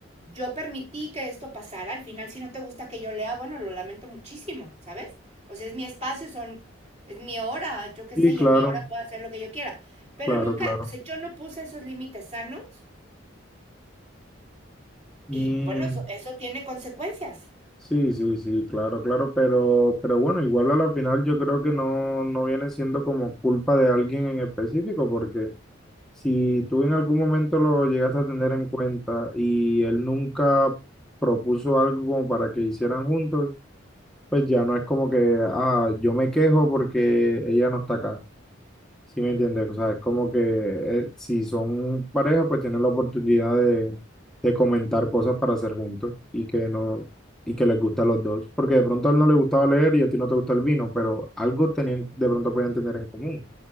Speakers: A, on the right; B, in the centre.
A: yo permití que esto pasara, al final si no te gusta que yo lea, bueno, lo lamento muchísimo, ¿sabes? O sea, es mi espacio, son, es mi hora, yo qué
B: y
A: sé, y
B: claro,
A: en mi hora puedo hacer lo que yo quiera. Pero
B: claro,
A: nunca,
B: claro.
A: o sea, yo no puse esos límites sanos
B: Mm,
A: y bueno, eso, eso tiene consecuencias.
B: Sí, sí, sí, claro, claro, pero, pero bueno, igual a la final yo creo que no, no viene siendo como culpa de alguien en específico, porque si tú en algún momento lo llegaste a tener en cuenta y él nunca propuso algo como para que hicieran juntos, pues ya no es como que, ah, yo me quejo porque ella no está acá. Sí, me entiendes, o sea, es como que eh, si son pareja, pues tienen la oportunidad de, de comentar cosas para hacer juntos y que no, y que les gusta a los dos, porque de pronto a él no le gustaba leer y a ti no te gusta el vino, pero algo tenían, de pronto podían tener en común.